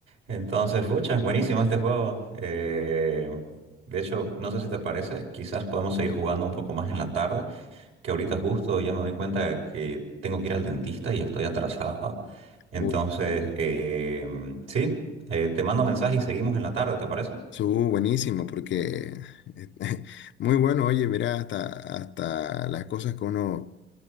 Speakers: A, on the right; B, on the left.
A: Entonces, fucha, buenísimo este juego. Eh, de hecho, no sé si te parece, quizás podemos seguir jugando un poco más en la tarde, que ahorita justo ya me doy cuenta que tengo que ir al dentista y estoy atrasado. Entonces,
B: Uy,
A: eh, sí, eh, te mando mensaje y seguimos en la tarde, ¿te parece?
B: Su, buenísimo, porque eh, <laughs> muy bueno, oye, mira, hasta, hasta las cosas que uno